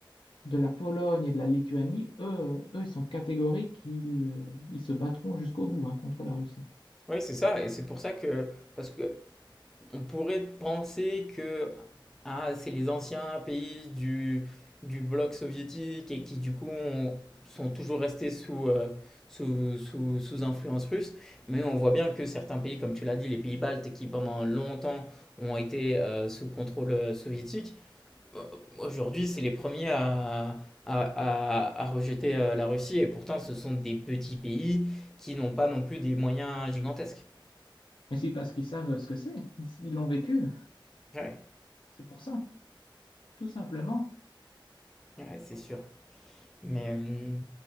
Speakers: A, on the left (about 70°); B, in the centre.
A: de la Pologne et de la Lituanie, eux, euh, eux, ils sont catégoriques, ils, euh, ils se battront jusqu'au bout, hein, contre la Russie.
B: Oui, c'est ça. Et c'est pour ça que, parce que On pourrait penser que ah, c'est les anciens pays du, du bloc soviétique et qui du coup ont- sont toujours restés sous, euh, sous, sous, sous influence russe. Mais on voit bien que certains pays, comme tu l'as dit, les pays baltes qui pendant longtemps ont été euh, sous contrôle euh, soviétique, euh, aujourd'hui c'est les premiers à, à, à, à rejeter euh, la Russie. Et pourtant ce sont des petits pays qui n'ont pas non plus des moyens gigantesques.
A: Mais c'est parce qu'ils savent ce que c'est, ils ils l'ont vécu,
B: Ouais,
A: c'est pour ça, tout simplement.
B: ouais, c'est sûr. Mais... hum,